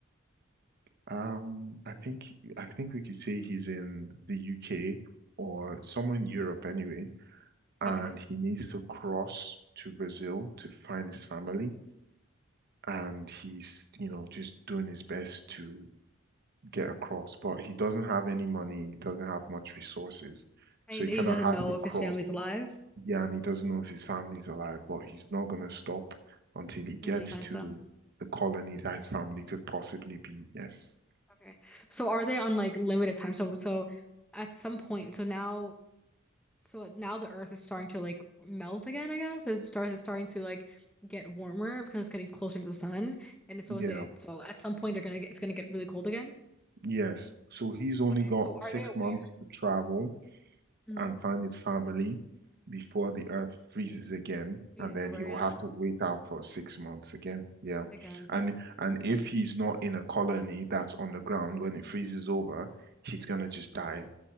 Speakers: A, on the right; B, in the centre.
A: um, I think, I think we could say he's in the UK or somewhere in Europe anyway, and
B: Okay.
A: he needs to cross to Brazil to find his family. and he's, you know, just doing his best to get across, but he doesn't have any money, he doesn't have much resources,
B: And
A: so he
B: he
A: kind
B: doesn't
A: of has
B: know
A: to
B: if
A: cross.
B: his family's alive
A: Yeah, and he doesn't know if his family's alive, but he's not going to stop until he gets
B: until he finds
A: to
B: them.
A: the colony that his family could possibly be. Yes.
B: Okay. So are they on like limited time? So so at some point, so now So now the Earth is starting to like melt again, I guess. As it starts. It's starting to like get warmer because it's getting closer to the sun, and so
A: Yeah,
B: is it. So at some point they're gonna get it's gonna get really cold again.
A: yes. So he's only
B: Okay,
A: got
B: so are
A: six
B: they aware?
A: months to travel.
B: Mm-hmm.
A: and find his family before the earth freezes again,
B: It's
A: and then
B: over
A: he
B: again,
A: will have to wait out for six months again. Yeah.
B: again.
A: And and if he's not in a colony that's on the ground when it freezes over, he's gonna just die.